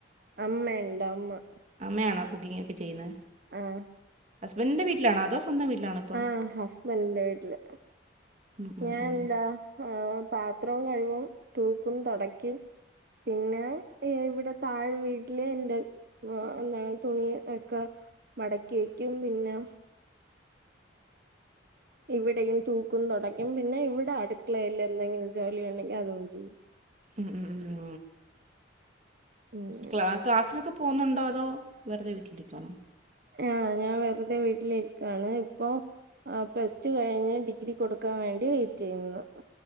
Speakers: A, on the right; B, on the right.
A: അമ്മയോണ്ട് അമ്മാ
B: അമ്മായണോ കുക്കിങ്ങ് ഒക്കെ ചെയ്യ്ന്നേ
A: ആഹ്
B: ഹസ്ബൻഡിന്റെ വീട്ടിലാണോ അതോ സ്വന്തം വീട്ടിലാണോ ഇപ്പം
A: ആഹ് ഹസ്ബൻഡിന്റെ വീട്ടില്
B: ഉം ഉം
A: ഞാൻ
B: ഉം
A: എന്താ ആ പാത്രം കഴിവും തൂക്കും തൊടക്കും പിന്നെ ഇവടെ താഴെ വീട്ടില് ഇണ്ട് എന്താണ് തുണി യെക്കെ മടക്കി വെക്കും പിന്നെ ഇവടെയും തൂക്കും തൊടക്കും പിന്നെ ഇവടെ അടുക്കളെല്ല് എന്തെങ്കിലും ജോലി ഒണ്ടെങ്കി അതും ചെയ്യും
B: ഉം ഉം ഉം
A: ഉം
B: ക്ലാ ക്ലാസിനൊക്കെ പോകുന്നോണ്ടോ അതോ വെറുത വീട്ടിലിരിക്കവാണോ
A: ആഹ് ഞാൻ വെറുതെ വീട്ടിലിരിക്ക്യാണ് ഇപ്പൊ ആഹ് പ്ലസ് ടു കഴിഞ്ഞ് ഡിഗ്രി കൊടുക്കാൻ വേണ്ടി വെയിറ്റ് ചെയ്യുന്നു